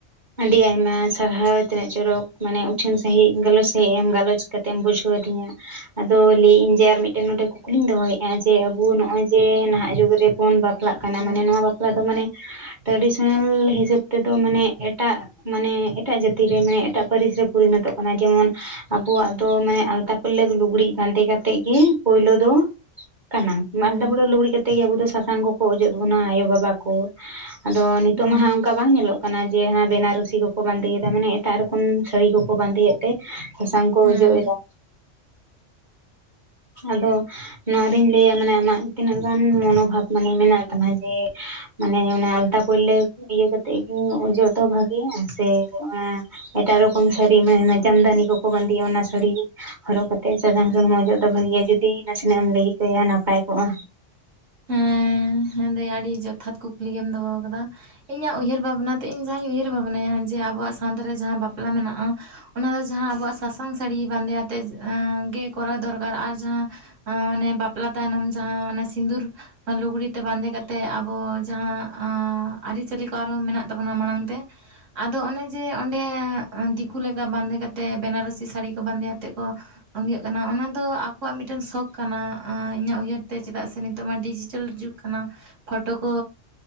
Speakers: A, on the right; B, on the right.
A: ᱟᱹᱰᱤ ᱟᱭᱢᱟ ᱥᱟᱨᱦᱟᱣ ᱛᱤᱱᱟᱹᱜ ᱪᱚᱨᱚᱠ ᱢᱟᱱᱮ ᱩᱪᱷᱟᱹᱱ ᱥᱟᱹᱦᱤᱡ ᱜᱟᱞᱚᱪ ᱥᱟᱹᱦᱤᱡ ᱜᱟᱞᱚᱪ ᱠᱟᱛᱮ ᱮᱢ ᱵᱩᱡᱷᱟᱹᱣ ᱟᱫᱤᱧᱟ᱾ ᱟᱫᱚ ᱞᱟᱹᱭᱟᱹᱧ ᱡᱮ ᱟᱨ ᱢᱤᱫᱴᱮᱱ ᱱᱚᱰᱮ ᱠᱩᱠᱞᱤᱧ ᱫᱚᱦᱚᱭᱮᱜ-ᱟ ᱡᱮ ᱟᱵᱚ ᱱᱚᱜ-ᱚᱭ ᱡᱮ ᱱᱟᱦᱟᱜ ᱡᱩᱜᱽ ᱨᱮᱼᱼ ᱯᱚᱱ ᱵᱟᱯᱞᱟᱜ ᱠᱟᱱᱟ
B: ᱦᱮᱸ
A: ᱢᱟᱱᱮ ᱱᱚᱣᱟ ᱵᱟᱯᱞᱟ ᱫᱚ ᱢᱟᱱᱮ ᱴᱨᱟᱰᱤᱥᱚᱱᱟᱞ ᱦᱤᱥᱟᱹᱵ ᱛᱮᱫᱚ ᱢᱟᱱᱮᱼᱼ ᱮᱴᱟᱜ ᱢᱟᱱᱮ ᱮᱴᱟᱜ ᱡᱟᱹᱛᱤ ᱨᱮ ᱢᱟᱱᱮ ᱮᱴᱟᱜ ᱯᱟᱹᱨᱤᱥ ᱨᱮ ᱯᱚᱨᱤᱱᱚᱛᱚᱜ ᱠᱟᱱᱟ ᱡᱮᱢᱚᱱᱼᱼ ᱟᱵᱚᱣᱟᱜ ᱫᱚ ᱢᱟᱱᱮ ᱟᱞᱛᱟ ᱯᱟᱹᱞᱞᱟᱹᱠ ᱞᱩᱜᱽᱲᱤᱡ ᱵᱟᱸᱫᱮ ᱠᱟᱛᱮᱜ ᱜᱮ ᱯᱳᱭᱞᱳ ᱫᱚᱼᱼ ᱠᱟᱱᱟ
B: ᱦᱮᱸ
A: ᱟᱞᱫᱟ ᱵᱩᱨᱟᱹ ᱞᱩᱜᱽᱲᱤ ᱠᱟᱛᱮᱜ ᱜᱮ ᱟᱵᱩ ᱫᱚ ᱥᱟᱥᱟᱝ ᱠᱚᱠᱚ ᱚᱡᱚᱜ ᱵᱚᱱᱟ ᱟᱭᱳᱼᱵᱟᱵᱟ ᱠᱚᱼᱼ ᱟᱫᱚ ᱱᱤᱛᱳᱜ
B: ᱦᱮᱸ
A: ᱢᱟ ᱦᱟᱸᱜ ᱚᱱᱠᱟ ᱵᱟᱝ ᱧᱮᱞᱚᱜ ᱠᱟᱱᱟ᱾ ᱡᱮ ᱵᱮᱱᱟᱨᱩᱥᱤ ᱠᱚᱠᱚ ᱵᱟᱸᱫᱮᱭᱮᱫᱟ ᱢᱟᱱᱮ ᱮᱴᱟᱜ ᱨᱚᱠᱚᱢ ᱥᱟᱹᱲᱤ ᱠᱚᱠᱚ ᱵᱟᱸᱫᱮᱭᱮᱫ ᱛᱮᱼᱼ ᱥᱟᱥᱟᱝ ᱠᱚ
B: ᱦᱮᱸ
A: ᱚᱡᱚᱜ ᱮᱫᱟ᱾ ᱟᱫᱚ ᱱᱚᱣᱟ ᱨᱮᱧ ᱞᱟᱹᱭᱟ ᱢᱟᱱᱮ ᱟᱢᱟᱜ ᱛᱤᱱᱟᱹᱜ ᱜᱟᱱ ᱢᱚᱱᱳᱵᱷᱟᱵ ᱢᱟᱱᱮ ᱢᱮᱱᱟᱜ ᱛᱟᱢᱟ ᱡᱮᱼᱼ ᱢᱟᱱᱮ ᱚᱱᱟ ᱟᱞᱛᱟ ᱯᱟᱹᱞᱞᱟᱹᱠ ᱤᱭᱟᱹ ᱠᱟᱛᱮᱜ ᱜᱮ ᱚᱡᱚᱜ ᱫᱚ ᱵᱷᱟᱜᱮᱭᱟ ᱥᱮ ᱚᱱᱟᱼᱼ ᱮᱴᱟᱜ ᱨᱚᱠᱚᱢ ᱥᱟᱹᱲᱤ ᱡᱟᱢᱫᱟᱱᱤ ᱠᱚᱠᱚ ᱵᱟᱸᱫᱮᱭᱟ ᱚᱱᱟ ᱥᱟᱹᱲᱤ ᱦᱚᱨᱚᱜ ᱠᱟᱛᱮᱜ ᱥᱟᱥᱟᱝ ᱥᱩᱱᱩᱢ ᱚᱡᱚᱜᱼᱼ ᱵᱷᱟᱹᱜᱮᱭᱟ ᱡᱩᱫᱤ ᱱᱟᱥᱮᱱᱟᱜ ᱮᱢ ᱞᱟᱹᱭ ᱠᱮᱭᱟ ᱱᱟᱯᱟᱭ ᱠᱚᱜᱼᱟ,
B: ᱦᱮᱸ ᱦᱮᱸ ᱫᱟᱹᱭ ᱟᱹᱰᱤ ᱡᱚᱛᱷᱟᱛ ᱠᱩᱠᱞᱤ ᱜᱮᱢ ᱫᱚᱦᱚ ᱟᱠᱟᱫᱟ᱾ ᱤᱧᱟᱹᱜ ᱩᱭᱦᱟᱹᱨ ᱵᱷᱟᱵᱽᱱᱟᱛᱮ ᱤᱧ ᱡᱟᱦᱟᱸᱧ ᱩᱭᱦᱟᱹᱨ ᱵᱷᱟᱵᱽᱱᱟᱭᱟ ᱡᱮ ᱟᱵᱚᱣᱟᱜ ᱥᱟᱶᱛᱟ ᱨᱮ ᱡᱟᱦᱟᱸ ᱵᱟᱯᱞᱟ ᱢᱮᱱᱟᱜᱼᱟ᱾ ᱚᱱᱟ ᱫᱚ ᱡᱟᱦᱟᱸ ᱟᱵᱚᱣᱟᱜ ᱥᱟᱥᱟᱝ ᱥᱟᱹᱲᱤ ᱵᱟᱸᱫᱮ ᱟᱛᱮᱫ ᱜᱮ ᱠᱚᱨᱟᱣ ᱫᱚᱨᱠᱟᱨ ᱟᱨ ᱡᱟᱦᱟᱸᱼᱼ ᱚᱱᱮ ᱵᱟᱯᱞᱟ ᱛᱟᱭᱱᱚᱢ ᱡᱟᱦᱟᱸ ᱚᱱᱮ ᱥᱤᱸᱫᱩᱨᱼᱼ ᱞᱩᱜᱽᱲᱤ ᱛᱮ ᱵᱟᱸᱫᱮ ᱠᱟᱛᱮᱫ ᱟᱵᱚ ᱡᱟᱦᱟᱸ ᱟᱹᱨᱤᱪᱟᱹᱞᱤ ᱠᱚ ᱟᱨᱦᱚᱸ ᱢᱮᱱᱟᱜ ᱛᱟᱵᱚᱱᱟ ᱢᱟᱲᱟᱝ ᱛᱮ᱾ ᱟᱫᱚ ᱚᱱᱮ ᱡᱮ ᱚᱸᱰᱮ ᱫᱤᱠᱩ ᱞᱮᱠᱟ ᱵᱟᱸᱫᱮ ᱠᱟᱛᱮᱫ ᱵᱮᱱᱟᱨᱚᱥᱤ ᱥᱟᱹᱲᱤ ᱠᱚ ᱵᱟᱸᱫᱮ ᱠᱟᱛᱮᱫ ᱠᱚᱼᱼ ᱤᱭᱟᱹᱜ ᱠᱟᱱᱟ ᱚᱱᱟ ᱫᱚ ᱟᱠᱚᱣᱟᱜ ᱢᱤᱫᱴᱮᱱ ᱥᱚᱠᱷ ᱠᱟᱱᱟ ᱤᱧᱟᱹᱜ ᱩᱭᱦᱟᱹᱨ ᱛᱮ ᱪᱮᱫᱟᱜ ᱥᱮ ᱱᱤ ᱛᱚᱜ ᱢᱟ ᱰᱤᱡᱤᱴᱮᱞ ᱡᱩᱜᱽ ᱠᱟᱱᱟ, ᱯᱷᱳᱴᱳ ᱠᱚ